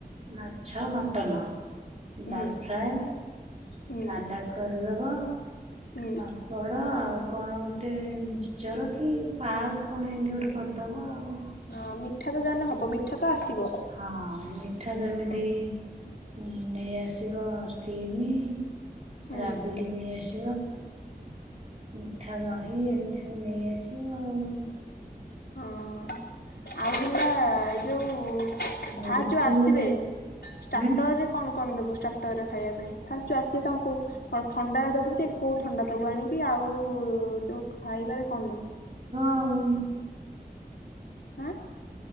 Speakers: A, on the right; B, on the left.
A: ମାଛ ମଟନ
B: ହୁଁ
A: ଡାଲ ଫ୍ରାଏ ସାଲାଡ
B: ହୁଁ
A: କରି <unintelligible>
B: ହୁଁ।
A: ପାମ୍ପଡ ଆଉ କଣ ଗୋଟେ ଚର କି ପାସ୍ କଣ ଏମତି ଗୋଟେ କରିଦବ ଆଉ।
B: ହଁ ମିଠା ତ ଯାହା ହେଲେ ହବ। ମିଠା ତ ଆସିବ
A: ହଁ ମିଠା ଯେମିତି
B: ହୁଁ
A: ହଁ ନେଇ ଆସିବ ସ୍ଥିମ
B: ହୁଁ
A: ରାବିଡି ନେଇ ଆସିବ ମିଠା ଦହି। ଇଏ ଏମିସ୍ ସବୁ ନେଇ ଆସିବ ଆଉ।
B: ହଁ ଆଉ ହେଲା ଏଇ ଯୋଉ ଫା
A: ମୁଡକି
B: ଯୋଉ ଆସିବେ
A: ଆଉ
B: ଷ୍ଟାର୍ଟର
A: ହୁଁ
B: ରେ କଣ କଣ ଦବୁ? ସ୍ଟାଟରେ ଖାଇବା ପାଇଁ। ଫାଷ୍ଟ ଯଉ ଆସିବେ ତାଙ୍କୁ କଣ ଥଣ୍ଡା ଦବୁ ଯେ କଉ ଥଣ୍ଡା ଦବୁ ଆଣିକି? ଆଉ-ଉ-ଉ ଯ ଖାଇବାରେ କଣ ଦବ?
A: ଆମ୍ବ ଆଉ
B: ଆଁ।